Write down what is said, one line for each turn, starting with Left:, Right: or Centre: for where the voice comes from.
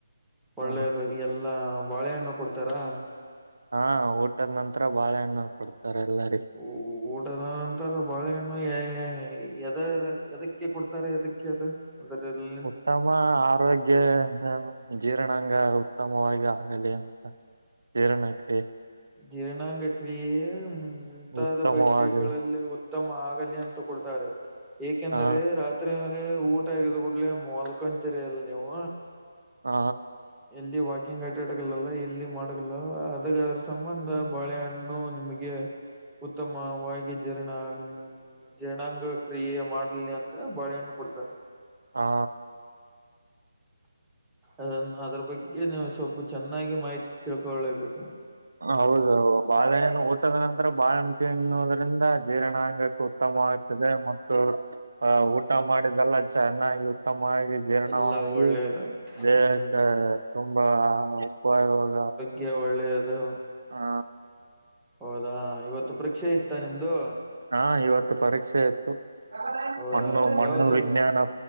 Centre: ಒಳ್ಳೆದು
Right: ಹ
Centre: ಎಲ್ಲಾ ಬಾಳೆಹಣ್ಣು ಕೊಡ್ತಾರಾ?
Right: ಹಾ ಊಟದ್ ನಂತರ ಬಾಳೆಹಣ್ಣ ಕೊಡ್ತಾರೆ ಎಲ್ಲರಿಗು
Centre: ಊ ಊ ಊಟದ ನಂತರ ಬಾಳೆಹಣ್ಣು ಯ ಯ ಎದರ್ ಎದಕ್ಕೆ ಕೊಡ್ತಾರೆ ಎದಕ್ಕೆ ಅದ? ಅದರಲ್ಲಿ
Right: ಉತ್ತಮ ಆರೋಗ್ಯ ಎಂದರೇನು? ಜೀರ್ಣಾಂಗ ಉತ್ತಮವಾಗಿ ಆಗಲಿ ಅಂತ ಜೀರ್ಣಕ್ರಿಯೆ.
Centre: ಜೀರ್ಣಾಂಗ ಕ್ರಿಯೆ ಮುಂತಾದ
Right: ಉತ್ತಮವಾಗಿ
Centre: ಬಗೆಗಳಲ್ಲಿ ಉತ್ತಮ ಆಗಲಿ ಅಂತ ಕೊಡ್ತಾರೆ ಏಕೆಂದರೆ
Right: ಹಾ
Centre: ರಾ ಏ ಏ ಊಟ ಆಗಿದ್ ಕೂಡ್ಲೆ ಮಲ್ಕೊಂತೀರಿ ಅಲ್ ನೀವು
Right: ಹಾ
Centre: ಇಲ್ಲಿ ವಾಕಿಂಗ್ ಅಡ್ಯಾಡಂಗಿಲ್ ಅಲಾ ಇಲ್ಲಿ ಮಡಿಗ್ಲಾ ಅದರ್ ಸಂಬಂಧ ಬಾಳೆಹಣ್ಣು ನಿಮಗ ಉತ್ತಮವಾಗಿ ಜೀರ್ಣ ಜೀರ್ಣಾಂಗ ಕ್ರಿಯೆ ಮಾಡ್ಲಿ ಅಂತ ಬಾಳೆಹಣ್ಣ ಕೊಡ್ತಾರ.
Right: ಹಾ
Centre: ಅದನ್ನು ಅದ್ರ ಬಗ್ಗೆ ನೀವು ಸ್ವಲ್ಪ ಚೆನ್ನಾಗಿ ಮಾಹಿತಿ ತಿಳ್ಕೊಳ್ಳೇಬೇಕು.
Right: ಹೌದೌ ಬಾಳೆಹಣ್ಣು ಊಟದ ನಂತರ ಬಾಳೆಹಣ್ಣ ತಿನ್ನುವದ್ರಿಂದ ಜೀರ್ಣಾಂಗಕ್ಕೂ ಉತ್ತಮವಾಯ್ತದೇ ಮತ್ತು ಆ
Centre: ಹ್ಮ್
Right: ಊಟ ಮಾಡಿದೆಲ್ಲ ಚೆನ್ನಾಗಿ ಉತ್ತಮ ಆಗಿ ಜೀರ್ಣವಾಗಿ
Centre: ಎಲ್ಲ ಒಳ್ಳೇದು
Right: ದೇಹಕ್ಕೆ
Centre: ಹ್ಮ್
Right: ತುಂಬಾ ಉಪಯೋಗ
Centre: ಗೆ ಒಳ್ಳೆಯದು.
Right: ಹಾ
Centre: ಹೌದಾ ಇವತ್ತು ಪರೀಕ್ಷೆ ಇತ್ತ ನಿಮ್ದು?
Right: ಹಾ ಇವತ್ತು ಪರೀಕ್ಷೆ ಇತ್ತು
Centre: ಹೌದಾ
Right: ಮಣ್ಣು ಮಣ್ಣು
Centre: ಯಾವ್ದು
Right: ವಿಜ್ಞಾನ.